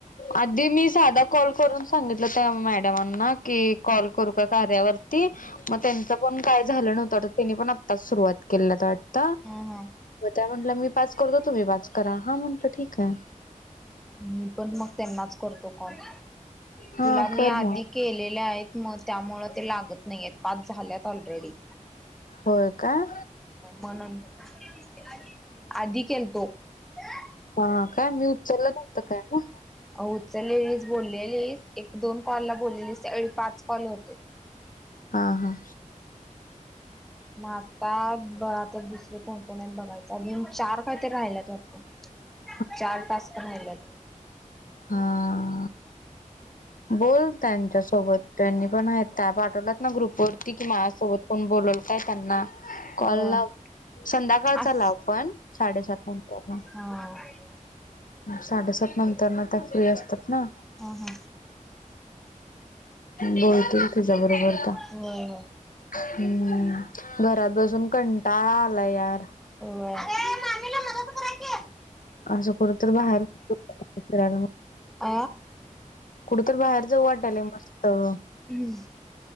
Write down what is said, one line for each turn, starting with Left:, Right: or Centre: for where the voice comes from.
Left: आधी मी सांधा कॉल करूंन सांगितलं त्या मॅडमांना की कॉल करूं कां कार्यावरं ते मंग त्यांचं पणं कायं झालं नव्हतं त्यांनी पणं आत्ताचं सुरुवांत केलं वाटतं
Centre: हं हं
Left: मं त्यां म्हंटलं मी पांच करतो तुम्हीं पांच करां हा म्हंटलं ठीकं आहे
Centre: मी पणं मंग त्यांनाचं करते काॅल
Left: हा
Centre: तुलां मी
Left: कर
Centre: आधी
Left: मग
Centre: केलेले आहेत. मंग त्यामुळं ते लागतं नाहीं. आहेतं पांच झाल्यांत ऑलरेडी
Left: होयं कां?
Centre: मं नंतर आधी केलतो हं
Left: हां कायं मी उचलाचं कायं नं
Centre: अं उचलेलीजं बोललेली एक दोन कॉल लां बोललेली त्यांळी पांच कॉल होते.
Left: हां हां
Centre: आतां बरां आतां दुसरे कोणकोण आहेतं बघायचं अजूंन चार कांहीतरी राहिल्यांत होतं.
Left: ह <unintelligible>
Centre: चार टांस्क रांहील्यातं
Left: हां बोल त्यांच्यां सोबतं त्यांनी पणं हं पाठवलां नां ग्रुप वरती कि माझं सोबत कोण बोलांल कायं त्यांनां
Centre: होय.
Left: कॉल लांव संध्याकांळ चां
Centre: अस
Left: लांव पणं साडेसातंच्या नंतर
Centre: हां
Left: साडेसात नंतर नां त्यां फ्री असतांत नां
Centre: हा
Left: बोलतीलं तुझ्यां बरोबर त्या
Centre: होय
Left: हम्मं घरांत बसूंन कंटाळा आलां यांर
Centre: होयं मामी ले मंदद करायची आहे
Left: असं कुठं तरं बाहेर फिरायलां
Centre: अ
Left: कुठं तरं बाहेर जाऊं वाटेलयं मस्तं
Centre: हम्मं